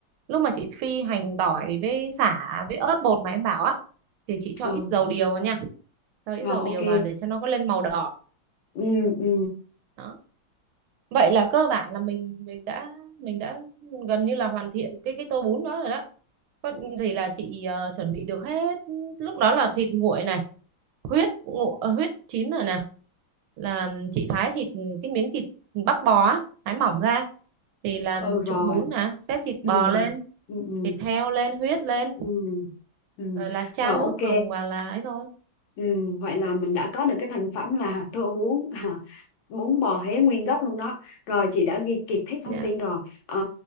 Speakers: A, on the right; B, on the left.
A: lúc mà chị phi hành tỏi với sả với ớt bột mà em bảo á thì chị cho
B: ừ,
A: ít dầu điều vào nha cho ít
B: rồi,
A: dầu
B: ok.
A: điều vào để cho nó có lên màu đỏ
B: Ừ, ừ.
A: đó vậy là cơ bản là mình mình đã mình đã gần như là hoàn thiện cái cái tô bún đó rồi đó có gì là chị ờ, chuẩn bị được hết lúc đó là thịt nguội này huyết ngộ ờ, huyết chín rồi nè là chị thái thịt cái miếng thịt bắp bò á, thái mỏng ra thì làm
B: ừ rồi
A: trụng bún nè xếp thịt bò
B: ừ
A: lên
B: ừ ừ
A: thịt heo lên huyết lên
B: ừ ừ
A: rồi là chan
B: rồi ok
A: nước dùng và là ấy thôi
B: ừ vậy là mình đã có được cái thành phẩm là tô bún <laughs> bún bò Huế nguyên gốc luôn đó rồi chị đã ghi kiệt hết thông
A: dạ
B: tin rồi ờ,